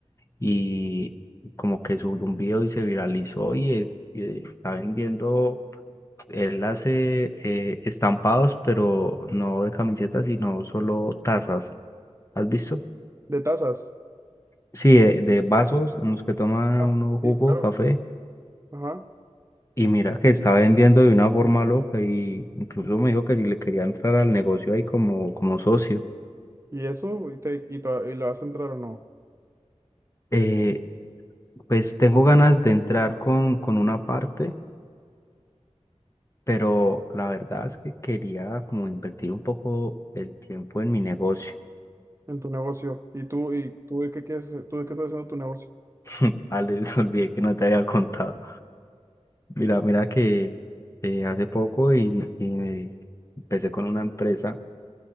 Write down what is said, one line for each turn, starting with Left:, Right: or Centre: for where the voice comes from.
Left: y como que subió un video y se viralizó y, es- y está vendiendo. Él hace eh, estampados, pero no de camisetas, sino solo tazas. ¿Has visto?
Right: De tazas.
Left: Sí, de, de vasos en los que toma
Right: Ah,
Left: uno jugo,
Right: Sí, claro.
Left: café.
Right: Ajá.
Left: Y mira que está vendiendo de una forma loca y incluso me dijo que si le quería entrar al negocio ahí como, como socio.
Right: ¿Y eso? ¿Y, te, y, to- y lo vas a entrar o no?
Left: Eh, pues tengo ganas de entrar con, con una parte, pero la verdad es que quería como invertir un poco el tiempo en mi negocio.
Right: En tu negocio. ¿Y tú, y tú de qué quieres, tú de qué estás haciendo tu negocio?
Left: <laughs> Ah, <laughs> olvidé que no te había contado. Mira, mira que eh, hace poco y, y me empecé con una empresa